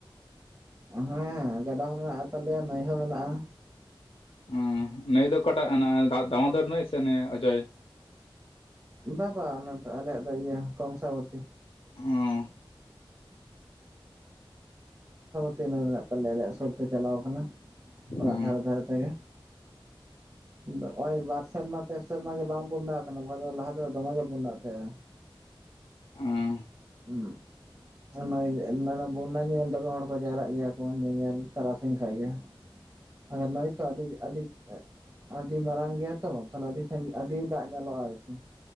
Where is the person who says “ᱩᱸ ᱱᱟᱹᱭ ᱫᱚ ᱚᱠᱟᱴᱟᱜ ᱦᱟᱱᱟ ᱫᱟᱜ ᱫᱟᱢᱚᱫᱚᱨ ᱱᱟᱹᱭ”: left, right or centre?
Left